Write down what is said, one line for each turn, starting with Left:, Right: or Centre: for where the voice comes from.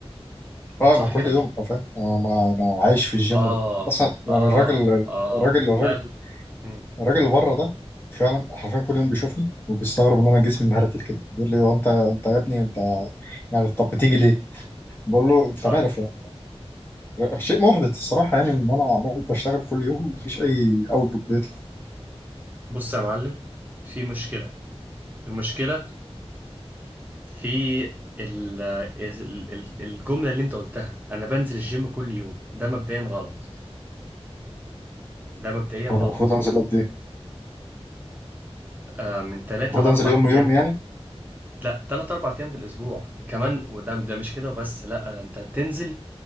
Left: اه
Right: صح
Left: انا كل
Right: كده
Left: يوم حرفيا انا ما انا عايش في الجيم
Right: اه
Left: ده اصلا يعني
Right: اه
Left: الراجل
Right: اه
Left: الراجل الراجل
Right: لا لا. مم.
Left: الراجل اللي بره ده فعلا حرفيا كل يوم بيشوفني وبيستغرب ان انا جسمي مهرتل كده بيقول لي هو انت انت يا ابني انت يعني طب بتيجي ليه؟ بقول له انت
Right: طيب
Left: مالك يعني شيء محبط الصراحه يعني ان انا عمال بشتغل كل يوم مفيش اي اوتبوت بيطلع
Right: بص يا معلم في مشكلة المشكلة في ال ال- ال- الجملة اللي انت قلتها انا بنزل الجيم كل يوم ده مبدئيا غلط ده مبدئيا غلط
Left: انا المفروض انزل قد ايه؟
Right: آه من ثلاثة
Left: المفروض
Right: لأربع
Left: انزل يوم
Right: أيام
Left: يوم يعني
Right: لا ثلاث أربع أيام في الأسبوع كمان وده ده مش كده وبس لا ده أنت تنزل